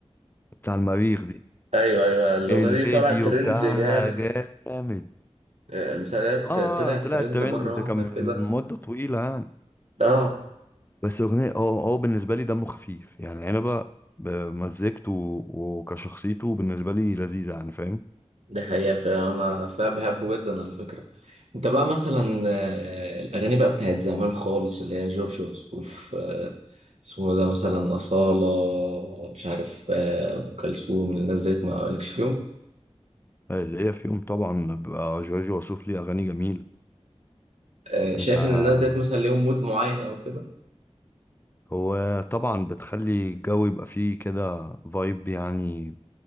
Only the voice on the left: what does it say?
بتاع المريخ دي
الفيديو
بتاعها
جامد
اه
طلع
الترند
ده
كان من
مده طويله يعني
بس اغنيه هو هو بالنسبه لي دمه خفيف يعني عنبه بمزجته وكشخصيته بالنسبه لي لذيذه يعني فاهم
هي فيهم طبعا بيبقى جورج وسوف ليه اغاني جميله
انت ع-
هو طبعا بتخلي الجو يبقى فيه كده فايب يعني